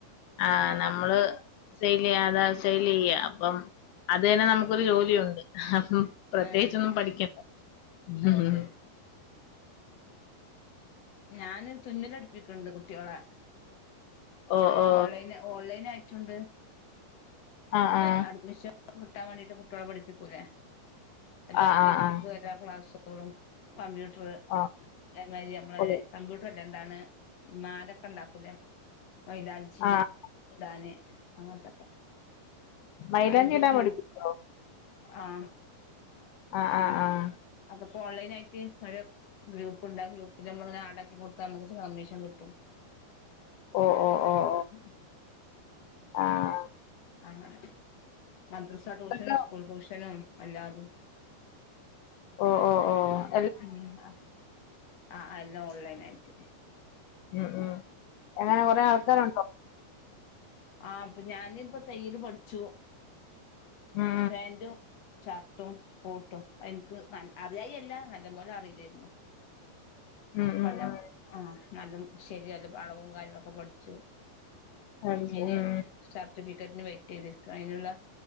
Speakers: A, on the left; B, on the left.
A: ആഹ് നമ്മള് സൈല് യാതെ സൈല്യ്യാ അപ്പം അത് തന്നെ നമ്മക്കൊരു ജോലിയൊണ്ട് ഹപ്പം പ്രത്യേകിച്ചൊന്നും
B: ഏഹ്
A: പഠിക്കെണ്ട
B: അത്
A: ഉം ഹും
B: ശരി ഞാന് തുന്നലടിപ്പിക്ക്ണ്ട് കുട്ടിയോളെ
A: ഓ ഓ
B: ഓൺലൈന് ഓൺലൈനായിട്ടുണ്ട്
A: ആഹ്
B: പിന്നെ
A: ആഹ്
B: അഡ്മിഷൻ കിട്ടാൻ വേണ്ടിട്ട് കുട്ടിളെ പഠിപ്പിക്കൂലേ എല്ലാ
A: ആഹ്
B: ബേസിക്
A: ആഹ്
B: എല്ലാ ക്ലാസ്സുകളും കമ്പ്യൂട്ടർ
A: ആഹ്
B: ഏമാരി നമ്മളെ
A: ഓ ഓ
B: കമ്പ്യൂട്ടർ ല്ലേ എന്താണ് മാലക്കെ ഇണ്ടാക്കൂലേ മൈലാഞ്ചീ
A: ആഹ്
B: ഇടാന് അങ്ങൻത്തെക്കെ
A: മൈലാഞ്ചി
B: അയിൻ്റെരു
A: ഇടാൻ
B: ഗ്രൂപ്
A: പഠിപ്പിച്ചോ
B: ആഹ്
A: ആഹ്
B: അങ്ങനെ
A: ആഹ് ആഹ്
B: അത്പ്പോ ഓൺലൈനായിറ്റ് ഒരു ഗ്രൂപ്പ്ണ്ടാ ആ ഗ്രൂപ്പില് നമ്മള്ത് ആടാക്കി കൊട്ത്താ നമുക്ക് കമ്മീഷൻ കിട്ടും
A: ഓഹ് ഓഹ് ഓഹ്
B: ഉം ഹും
A: ആഹ്
B: അങ്ങനെ മദ്രസ്സാ ടൂഷനും
A: ഇതെല്ലാം
B: സ്കൂൾ ടൂഷനും അല്ലാതും
A: ഓഹ് ഓഹ് ഓഹ്
B: ഉം ആഹ് ആഹ് എല്ലം ഓൺലൈനായിട്ട്
A: ഉം ഉം എങ്ങനെ കൊറെ ആൾക്കാരു ണ്ടോ
B: ആഹ് പ്പം ഞാന് ഇപ്പൊ തയ്യല് പഠിച്ചു
A: ഉം
B: ഫാൻ്റും ഷർട്ടും കോട്ടും അതിൽ ക്ക് അറിയായി അല്ല നല്ലം പോലെ അറീലേയിരുന്നു
A: ഉം ഉം
B: പ്പം
A: ഉം
B: ഞ്ഞാൻ
A: ഉം
B: ആഹ് നല്ലം ശരി നല്ല അളവും കാര്യങ്ങളൊക്കെ പഠിച്ചു
A: പഠിച്ചു
B: ഇനി
A: ഉം
B: സർട്ടിഫിക്കറ്റ്ന് വെയ്റ്റ് യ്തിരിക്കാ അയിന്ള്ള